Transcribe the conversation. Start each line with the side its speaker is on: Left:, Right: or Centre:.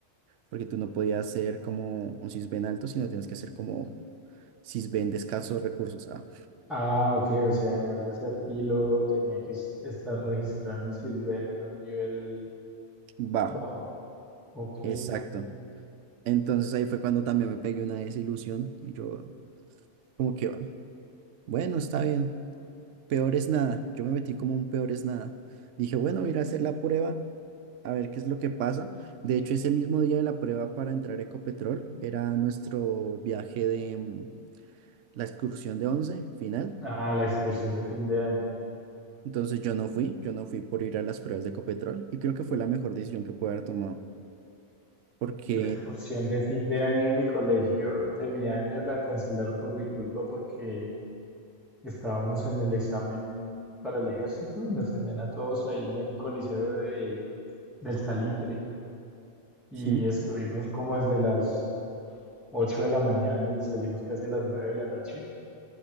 Right: porque tú no podías ser como un cisben alto, sino tienes que ser como cisben de escasos recursos, ah,
Centre: Ah, ok, o sea, además de ser pilo, tenía que es- estar registrado en el Sisbén en un nivel
Right: bajo,
Centre: bajo. Ok.
Right: exacto.
Centre: ya.
Right: Entonces ahí fue cuando también me pegué una desilusión y yo como que, bueno, está bien, peor es nada, yo me metí como un peor es nada. Dije, bueno, voy a ir a hacer la prueba, a ver qué es lo que pasa. De hecho, ese mismo día de la prueba para entrar a Ecopetrol era nuestro viaje de mm, la excursión de 11 final.
Centre: Ah, la excursión de fin de año.
Right: Entonces yo no fui, yo no fui por ir a las pruebas de Ecopetrol y creo que fue la mejor decisión que pude haber tomado. Porque
Centre: La excursión de fin de año de mi colegio, de mi año, la cancelaron por mi culpa porque Estábamos en el examen para el ejército, nos tenían a todos ahí en el Coliseo de, del Salitre y
Right: sí,
Centre: estuvimos como desde las 8 de la mañana y salimos casi a las 9 de la noche